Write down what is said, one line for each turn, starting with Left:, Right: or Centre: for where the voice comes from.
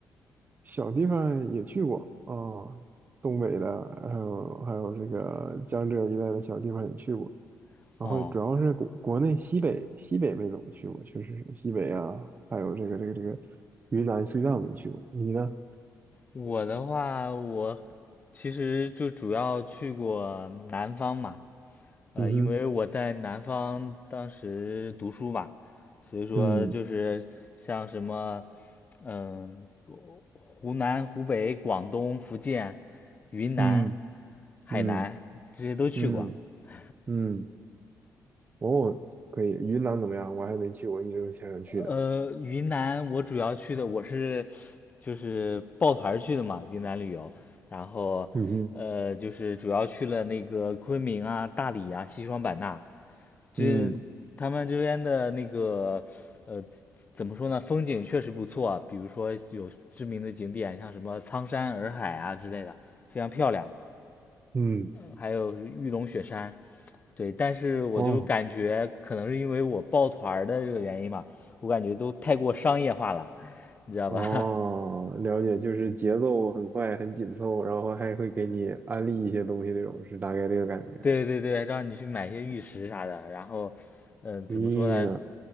Right: 小地方也去过啊，东北的，还有还有这个江浙一带的小地方也去过。
Left: <laughs>
Right: 然后主要是国国内西北西北没怎么去过，
Left: 哦，
Right: 确实是西北啊，还有这个这个这个云南、西藏没去过。你呢？
Left: 我的话，我其实就主要去过南方嘛，呃，
Right: 嗯哼，
Left: 因为我在南方当时读书嘛，所以说就是像什么，
Right: 嗯
Left: 嗯、湖南、湖北、广东、福建、云南、
Right: 嗯
Left: 海南这些都去过。
Right: 嗯嗯
Left: <laughs>
Right: 嗯，哦，可以。云南怎么样？我还没去过，一直都想想去的。
Left: 呃，云南我主要去的，我是就是抱团儿去的嘛，云南旅游，然后呃，
Right: 嗯哼，
Left: 就是主要去了那个昆明啊、大理啊、西双版纳，这他们这边的那个呃，
Right: 嗯
Left: 怎么说呢，风景确实不错啊比如说有知名的景点，像什么苍山洱海啊之类的，非常漂亮。
Right: 嗯，
Left: 还有玉龙雪山，对，但是我就感觉可能是因为我抱团的这个原因吧，
Right: 哦。
Left: 我感觉都太过商业化了，你知道吧？
Right: 哦，了解，就是节奏很快，很紧凑，然后还会给你安利一些东西，那种是大概这个感觉。
Left: <laughs> 对对对，让你去买些玉石啥的，然后，嗯、怎么说呢？
Right: 咦呀，